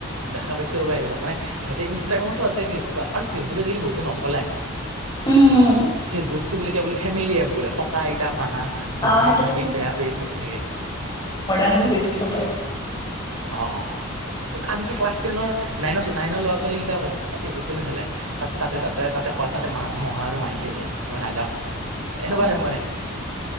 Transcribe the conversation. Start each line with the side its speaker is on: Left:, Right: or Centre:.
Right: দেখা পাইছো ৰবা এইবিলাক মানে সিহঁতি ইনষ্টাগ্ৰামতো আছে কিছ বা আৰু ফেচবুকে আজিকালি বহুতে নচলায়।
Left: উম
Right: ফেচবুকতো বুলে কিবা বোলে ফেমিলি এপ বোলে ককা-আইতা, মাহা। মহা-মাহী,
Left: অ সেইটো কাৰণে
Right: পেহা-পহী চব থাকে।
Left: আজিও গৈছে চবে।
Right: অ। আনকি ক্লাছ টেনৰ নাইন নাইনৰ ল'ৰা-ছোৱালী কেইটাও কয় এই ফেচবুক কোনে চলায়। তাত তাতে তাতে তাতে কৱা তাতে মহা আৰু মাহীযে যায় মই নাযাওঁ। এনেকুৱা
Left: অ
Right: হে মানে